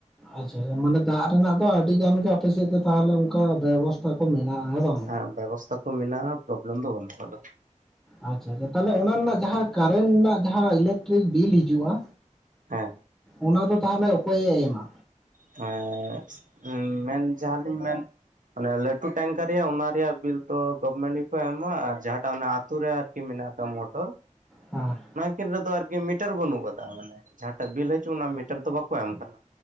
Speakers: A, in the centre; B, on the right (about 80°).
A: ᱟᱪᱪᱷᱟ ᱟᱪᱷᱟ ᱢᱟᱱᱮ ᱫᱟᱜ ᱨᱮᱱᱟᱜ ᱫᱚ ᱟᱰᱤ ᱜᱟᱱ ᱜᱮ ᱟᱯᱮ ᱥᱮᱫ ᱫᱚ ᱛᱟᱦᱚᱞᱮ ᱚᱱᱠᱟ ᱵᱮᱵᱚᱥᱛᱟ ᱠᱚ ᱢᱮᱱᱟᱜ-ᱟ ᱦᱮᱸ ᱵᱟᱝ?
B: ᱦᱮᱸ ᱵᱮᱵᱚᱥᱛᱟ ᱠᱚ ᱢᱮᱱᱟᱜ-ᱟ, ᱯᱨᱚᱵᱮᱞᱮᱢ ᱫᱚ ᱵᱟᱹᱱᱩᱜ ᱠᱟᱫᱟ᱾
A: ᱟᱪᱪᱷᱟ ᱟᱪᱪᱷᱟ ᱛᱟᱦᱚᱞᱮ ᱚᱱᱟ ᱨᱮᱱᱟᱜ ᱡᱟᱦᱟᱸ ᱠᱟᱨᱮᱱ ᱱᱟᱜᱼᱼ ᱡᱟᱦᱟᱸ ᱤᱞᱮᱠᱴᱨᱤᱠ ᱵᱤᱞ ᱦᱤᱡᱩᱜ-ᱟ,
B: ᱦᱮᱸ
A: ᱚᱱᱟ ᱫᱚ ᱛᱟᱦᱚᱞᱮ ᱚᱠᱚᱭᱮ ᱮᱢᱟ?
B: ᱛᱚᱻ ᱦᱮᱸᱥ ᱢᱮᱱ ᱡᱟᱦᱟᱸ ᱞᱤᱧ ᱢᱮᱱᱼᱼ ᱢᱟᱱᱮ ᱞᱟᱹᱴᱩ ᱴᱮᱝᱠᱟᱨ ᱨᱮᱭᱟᱜ ᱚᱱᱟ ᱨᱮᱭᱟᱜ ᱵᱤᱞ ᱫᱚ ᱜᱚᱵᱷᱢᱮᱱᱴ ᱜᱮᱠᱚ ᱮᱢᱟ, ᱟᱨ ᱡᱟᱦᱟᱸ ᱴᱟᱜ ᱚᱱᱟ ᱟᱛᱩ ᱨᱮᱼᱼ ᱠᱤ ᱢᱮᱱᱟᱜ-ᱟ ᱠᱟᱜ ᱢᱳᱴᱚᱨ,
A: ᱦᱟᱸ᱾
B: ᱠᱤᱱ ᱨᱮᱫᱚ ᱟᱨ ᱠᱤ ᱢᱤᱴᱟᱨ ᱵᱟᱹᱱᱩᱜ ᱠᱟᱫᱟ ᱢᱟᱱᱮ ᱡᱟᱦᱟᱸ ᱴᱟᱜ ᱵᱤᱞ ᱦᱟᱹᱡᱩᱜ ᱚᱱᱟ ᱢᱤᱴᱟᱨ ᱫᱚ ᱵᱟᱠᱚ ᱮᱢ ᱠᱟᱱᱟ᱾